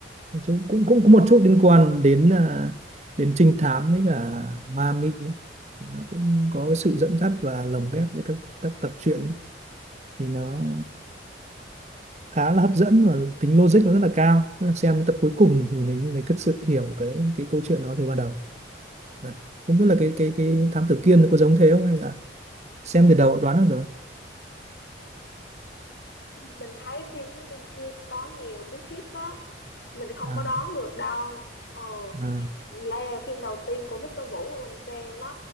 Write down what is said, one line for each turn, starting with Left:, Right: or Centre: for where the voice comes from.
Right: nói chung cũng cũng có
Left: ồ
Right: một chút liên quan đến à, đến trinh thám với cả ma mị ấy. nó cũng có cái sự dẫn dắt và lồng ghép với các các tập truyện ấy thì nó khá là hấp dẫn và tính logic nó rất là cao Tức là xem cái tập cuối cùng thì mình mình thực sự hiểu cái cái câu chuyện nó từ ban đầu Đấy. không biết là cái cái cái thám tử Kiên nó có giống thế không hay là xem từ đầu đoán được rồi
Left: mình thấy phim Thám Tử Kiên có nhiều cú twist á mình không
Right: à,
Left: có đoán được đâu ờ
Right: à,
Left: Đây là phim đầu tiên của Victor Vũ mà mình xem á.